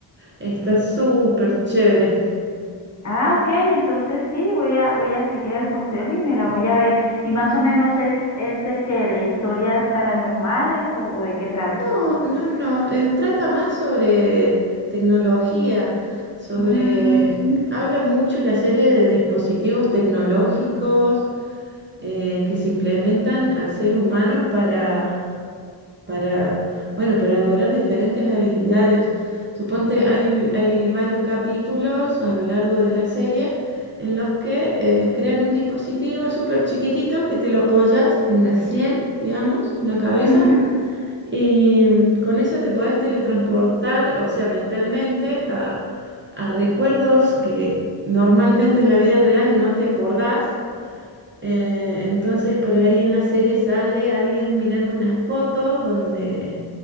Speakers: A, on the right (about 25°); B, on the left (about 40°).
A: está súper chévere.
B: Ah, ok, entonces sí, voy a, voy a seguir el consejo y me la voy a ver. Y más o menos es, es de qué, de historias paranormales o, o de qué trata.
A: No, no, no, eh, trata más sobre tecnología, sobre...
B: Mm,
A: Habla mucho la serie de dispositivos tecnológicos eh, que se implementan al ser humano para para, bueno, para lograr diferentes habilidades. Suponte, hay, hay varios capítulos a lo largo de la serie en los que eh, crean un dispositivo súper chiquitito que te lo apoyas en la sien, digamos, en la cabeza,
B: ujú.
A: y con eso te podés teletransportar, o sea, mentalmente a, a recuerdos que normalmente en la vida real no te acordás. Eh, entonces por ahí en la serie sale alguien mirando unas fotos donde